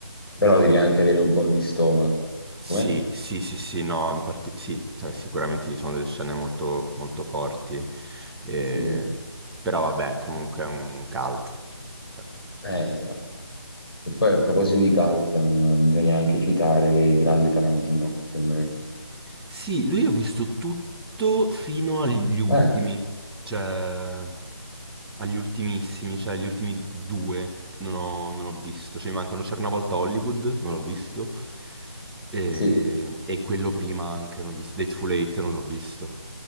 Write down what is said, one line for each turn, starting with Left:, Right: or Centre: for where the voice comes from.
Left: Però
Centre: Non ho-
Left: devi anche avere un po' di stomaco,
Centre: Sì,
Left: come?
Centre: sì, sì, sì, no, in parte... sì, cioè sicuramente ci sono delle scene molto, molto forti, eh,
Left: Sì, eh,
Centre: però vabbè, comunque è un cult. Cioè.
Left: esatto. E poi a proposito di cult, mm, bisogna anche citare il grande Tarantino, secondo me.
Centre: Sì, lui ho visto tutto fino agli ultimi,
Left: Eh,
Centre: cioè agli ultimissimi, cioè gli ultimi due non ho, non ho visto, cioè mi mancano C'era una volta Hollywood, non l'ho visto, e,
Left: sì.
Centre: e quello prima anche non ho visto, Dateful Eight non l'ho visto,